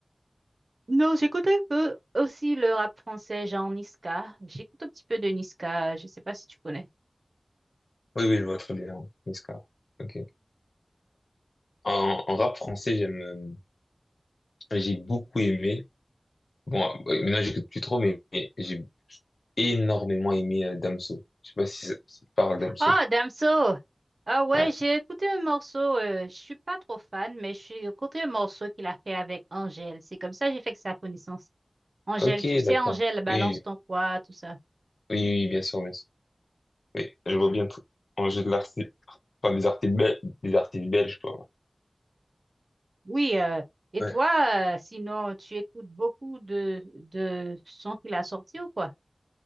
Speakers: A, on the right; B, on the left.
A: Non, j'écoute un peu aussi le rap français, genre Niska. J'écoute un petit peu de Niska. Je sais pas si tu connais.
B: Oui, oui, je vois très bien. Niska. Ok. En, en rap français, j'aime, euh, j'ai beaucoup aimé. Bon, euh, maintenant j'écoute plus trop, mais, mais j'ai énormément aimé euh, Damso. Je sais pas si ça, ça te parle Damso.
A: Oh, Damso! Ah ouais,
B: Ouais.
A: j'ai écouté un morceau, euh, je suis pas trop fan, mais j'ai écouté un morceau qu'il a fait avec Angèle. C'est comme ça que j'ai fait que sa connaissance. Angèle,
B: Ok,
A: tu sais,
B: d'accord.
A: Angèle, balance
B: Oui,
A: ton poids, tout ça.
B: oui, oui, oui, bien sûr, bien sûr. Oui, je vois bien tout. En jeu de l'artiste, enfin, des artistes belges, des artistes belges, quoi.
A: Oui, euh, et
B: Ouais.
A: toi, euh, sinon, tu écoutes beaucoup de, de sons qu'il a sortis ou quoi?